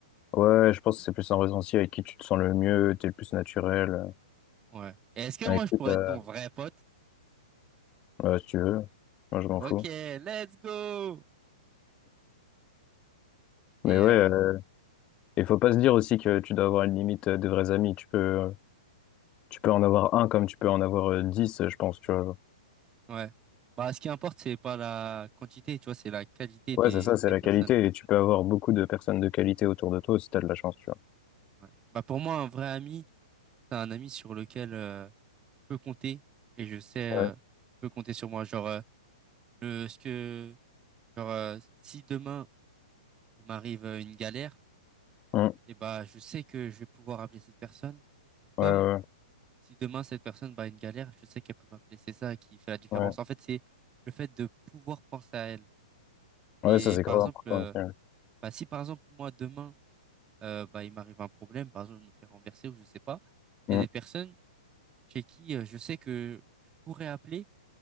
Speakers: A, on the left; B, on the right.
A: Ouais, je pense que c'est plus un ressenti avec qui tu te sens le mieux, t'es le plus naturel, euh,
B: Ouais. Et est-ce que
A: avec
B: moi je
A: qui
B: pourrais
A: t'as-
B: être ton vrai pote?
A: ouais, si tu veux. Moi, je m'en
B: Ok,
A: fous.
B: let's go! Et
A: Mais ouais,
B: euh,
A: euh, il faut pas se dire aussi que tu dois avoir une limite euh, des vrais amis. Tu peux, euh, tu peux en avoir un comme tu peux en avoir euh, dix, euh, je pense, tu vois.
B: ouais. Bah, ce qui importe, c'est pas la quantité, tu vois, c'est la qualité des,
A: Ouais, c'est ça, c'est
B: des
A: la
B: personnes.
A: qualité et tu peux avoir beaucoup de personnes de qualité autour de toi si t'as de la chance, tu vois.
B: Ouais. Bah, pour moi, un vrai ami, c'est un ami sur lequel euh, je peux compter et je sais,
A: Ouais.
B: euh, je peux compter sur moi. Genre, euh, le, ce que, genre, euh, si demain il m'arrive euh, une galère,
A: Hum.
B: et bah je sais que je vais pouvoir appeler cette personne comme
A: Ouais, ouais,
B: si demain cette personne bah, a une galère, je sais qu'elle peut m'appeler. C'est ça qui fait la différence.
A: ouais.
B: En fait, c'est le fait de pouvoir penser à elle. Et
A: Ouais, ça, c'est grave
B: par exemple,
A: important
B: euh,
A: aussi. ouais.
B: bah, si par exemple moi demain euh, bah, il m'arrive un problème, par exemple je me fais renverser ou je sais pas, il
A: Mmh.
B: y a des personnes chez qui euh, je sais que je pourrais appeler